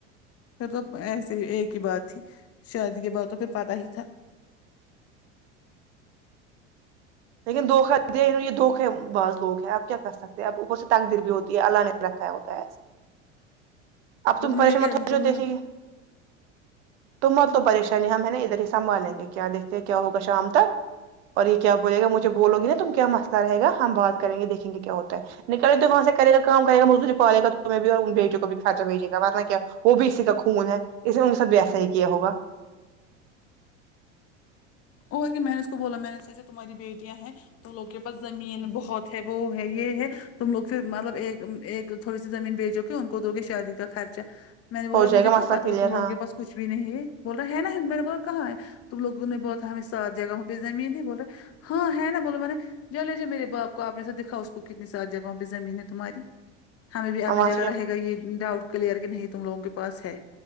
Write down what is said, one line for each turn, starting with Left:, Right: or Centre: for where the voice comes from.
Left: پھر تو ایسے ہی ایک ہی بات تھی شادی کے بعد تو پھر پتا ہی تھا
Right: لیکن دھوکا دییے یہ دھوکے باز لوگ ہے اب کیا کر سکتے اب اوپر سے تقدیر بھی ہوتی ہے اللہ نے رکھا ہوتا ہے ایسے تم پریشان
Left: مجھے کیا
Right: مت ہو
Left: تم
Right: جو دیکھیں گے تو مت لو پریشانی ہم ہے نا ادھر ہی سنبھالیں گے کیا دیکھتے ہیں کیا ہوگا شام تک اور یہ کیا بولے گا مجھے بولوگی نا تم کیا مسلہ رہے گا ہم بات کرین گے دیکھیں گے کیا ہوتا ہے نکلے تو وہاں سے کرے گا کام کر گا مزدوری پالے گا تو میں بھی اور ان بیٹیوں کو بھی خرچہ بھیجیگا ورنہ کیا وہ بھی اسی کا خون ہے اس نے ان کے ساتھ بھی ایسا ہی کیا ہوگا
Left: اور کہ میں نے اس کو بولا میں نے سوچا تمہاری بیٹیاں ہیں تو ان لوگ کے پاس زمین بہت ہے وہ ہے یہ ہے تم لوگ پھر مطلب ایک ایک تھوڑی سی زمین بیچو گے ان کو دو گے شادی کا خرچہ میں نے بولا
Right: ہو جائے
Left: مجھے
Right: گا
Left: کہاں
Right: مسئلہ
Left: پتہ
Right: کلیئر
Left: تھا تم لوگوں
Right: ہاں
Left: کے پاس کچ بھی نہیں بول رہے ہے نا میں نے بول کہاں ہے تم لوگوں نے بہت ہمیں سات جگہوں پہ زمین ہے بول رہے ہاں ہے نا بولا میں نے جا لے جا میرے باپ کو آپ نے دکھا اس کو کتنی ساری جگہوں پہ زمین ہے تمہاری ہمیں بھی اپنی
Right: وہاں
Left: جگہ
Right: سے کیا
Left: رہے گا یہ ڈاؤٹ کلیئر کہ نہیں تم لوگوں کے پاس ہے